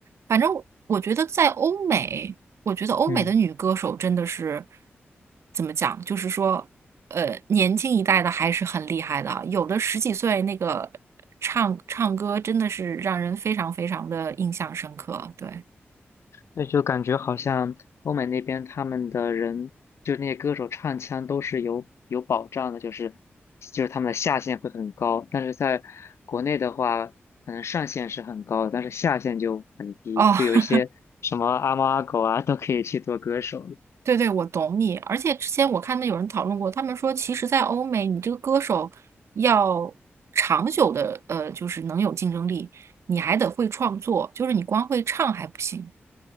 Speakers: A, on the right (about 85°); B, on the left (about 80°).
A: 反正我觉得在欧美。我觉得欧美的女歌手真的是
B: 嗯。
A: 怎么讲，就是说，呃，年轻一代的还是很厉害的啊有的十几岁那个唱唱歌真的是让人非常非常的印象深刻。对，
B: 那就感觉好像欧美那边他们的人，就那些歌手唱腔都是有有保障的，就是就是他们的下限会很高，但是在国内的话，可能上限是很高的，但是下限就很低，
A: 哦，
B: 就有一些什么阿猫阿狗啊都可以去做歌手。
A: <laughs> 对对，我懂你。而且之前我看到有人讨论过，他们说，其实，在欧美，你这个歌手要长久的，呃，就是能有竞争力，你还得会创作，就是你光会唱还不行。